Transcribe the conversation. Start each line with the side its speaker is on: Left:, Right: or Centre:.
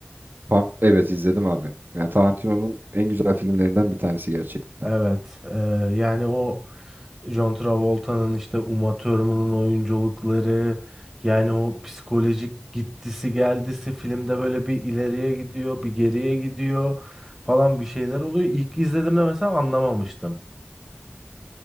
Right: Pump, evet izledim abi. Yani Tarantino'nun en güzel filmlerinden bir tanesi gerçekten.
Centre: Evet. e, yani o John Travolta'nın işte Uma Thurman'ın oyunculukları yani o psikolojik gittisi geldisi filmde böyle bir ileriye gidiyor, bir geriye gidiyor falan bir şeyler oluyor. İlk izlediğimde mesela anlamamıştım.